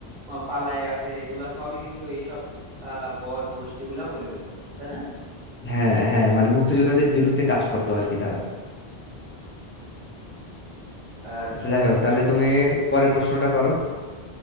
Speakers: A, on the right; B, on the left.
A: আহ, পালায়ে আছে এগুলা সবই কিন্তু এইসব আহ বদ গোষ্ঠীগুলা বলে দিত তাই না
B: হ্যাঁ হ্যাঁ মানে মুক্তিযোদ্ধাদের বিরুদ্ধে কাজ করতো আর কি তারা
A: আচ্ছা
B: আচ্ছা যাই হোক তাহলে তুমি পরের প্রশ্নটা করো